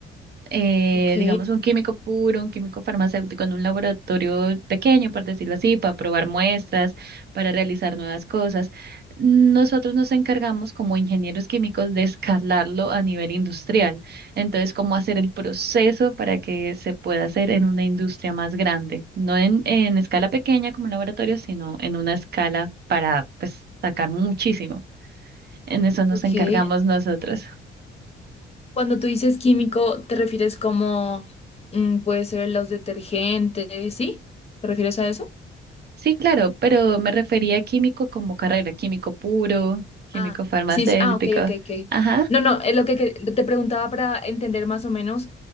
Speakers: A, on the right (about 55°); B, on the left (about 30°).
A: eh,
B: Ok,
A: digamos un químico puro, un químico farmacéutico en un laboratorio pequeño, por decirlo así, para probar muestras, para realizar nuevas cosas. Nosotros nos encargamos como ingenieros químicos de escalarlo a nivel industrial. Entonces, cómo hacer el proceso para que se pueda hacer en una industria más grande, no en, en escala pequeña como un laboratorio, sino en una escala para pues sacar muchísimo. En eso nos
B: ok.
A: encargamos nosotros.
B: Cuando tú dices químico, ¿te refieres como mm, puede ser los detergentes, ¿sí? ¿Te refieres a eso?
A: Sí, claro, pero me refería a químico como carrera, químico puro, químico
B: Ah,
A: farmacéutico.
B: sí, sí. Ah, ok, ok, ok.
A: Ajá,
B: No, no, es lo que, que- te preguntaba para entender más o menos